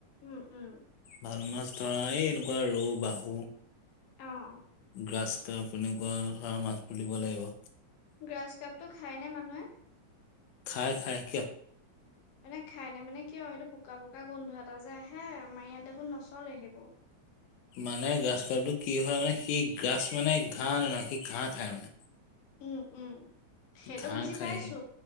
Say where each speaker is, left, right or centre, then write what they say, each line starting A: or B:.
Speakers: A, on the left; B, on the left.
A: উম-উম।
B: ভাল মাছ ধৰা এই এনেকুৱা ৰৌ, বাহু।
A: অ'।
B: গ্ৰাছ কাৰ্প তেনেকুৱা ধৰা মাছবোৰ দিব লাগিব।
A: গ্ৰাছ কাপটো খায়নে মানুহে।
B: খাই- খাই কিয়।
A: মানে খাই নে মানে কি আৰু সেইটো বোকা- বোকা গোন্ধ এটা যে আহে আমাৰ ইয়াত দেখোন নচলে সেইবোৰ।
B: মানে গ্ৰাছ কাৰ্পটো কি হয় মানে সি গ্ৰাছ মানে ঘাঁহ মানে সি ঘাঁহ খায় মানে।
A: উম- উম সেইটো
B: ঘাঁহ
A: বুজি
B: খায়
A: পাইছো
B: সি